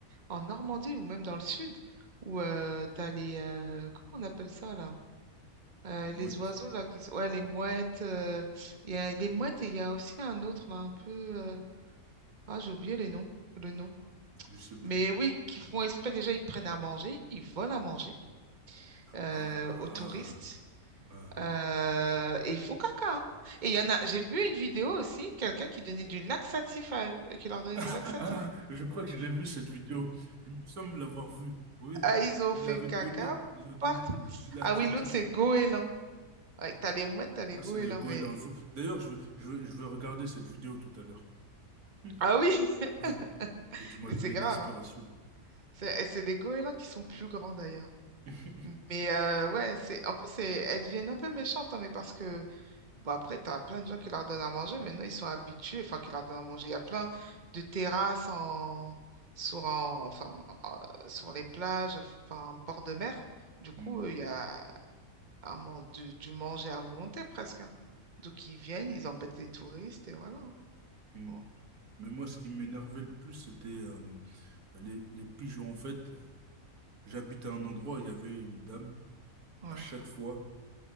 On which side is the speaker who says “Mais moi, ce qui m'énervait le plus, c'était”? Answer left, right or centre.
Right